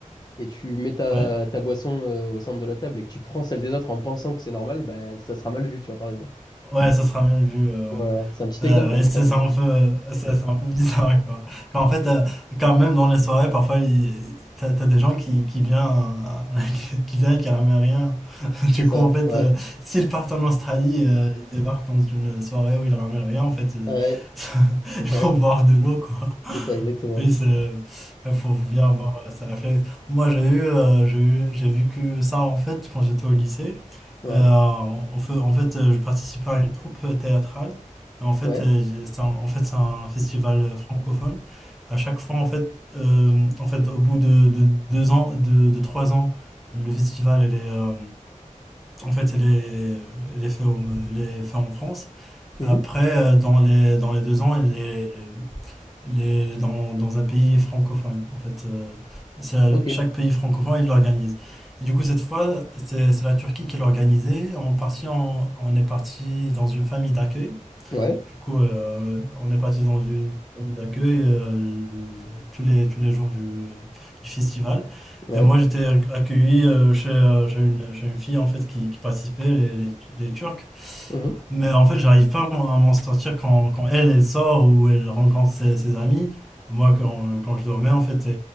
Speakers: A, on the left; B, in the centre.
A: et tu mets ta,
B: ouais,
A: ta boisson euh, au centre de la table et que tu prends celle des autres en pensant que c'est normal, bah, ça sera mal vu, tu vois, par exemple.
B: ouais, ça se ramène vu. euh,
A: Voilà,
B: ouais.
A: c'est un petit
B: Euh,
A: exemple comme
B: ouais,
A: ça,
B: c'est
A: mais
B: c'est un peu, euh, c'est c'est un peu bizarre quoi. Quand, en fait, euh, quand même dans les soirées, parfois il- t'as, t'as des gens qui, qui viennent, <laughs> qui, qui viennent et qui ramènent rien.
A: c'est
B: Du
A: ça,
B: coup, en fait,
A: ouais.
B: euh, s'ils partent en Australie, euh, ils débarquent dans une soirée où ils ramènent rien, en fait, euh,
A: Ouais,
B: <laughs> ils
A: ouais,
B: vont boire de l'eau, quoi.
A: c'est ça, exactement.
B: Oui, c'est, il faut bien avoir euh, ce réflexe. Moi, j'ai eu, euh, j'ai eu, j'ai vécu ça, en fait, quand j'étais au lycée.
A: Ouais,
B: Euh, en fait, en fait, euh, je participais à une troupe théâtrale. Et en fait,
A: ouais.
B: euh, c'est un, en fait, c'est un festival euh, francophone. À chaque fois, en fait, euh, en fait, au bout de, de deux ans, de, de trois ans, le festival, il est... euh, en fait, elle est, elle est faite au- elle est faite en France.
A: mhm,
B: Après, euh, dans les, dans les deux ans, elle est, elle est dans, dans un pays francophone. En fait, euh, c'est-
A: Ok,
B: chaque pays francophone, il l'organise. Et du coup, cette fois, c'est c'est la Turquie qui l'a organisée. En partie, on, on est parti dans une famille d'accueil.
A: ouais,
B: Du coup, euh, on est parti dans une famille d'accueil euh, le- tous, les, tous les jours du, euh, du festival.
A: ouais.
B: Et moi, j'étais accueilli euh, chez, euh, chez une, chez une fille en fait qui, qui participait, les, les- les Turcs.
A: mhm.
B: Mais en fait, j'arrive pas moi, à m'en sortir quand, quand elle, elle sort ou elle rencontre ses, ses amis. Moi, quand, euh, quand je dormais en fait, et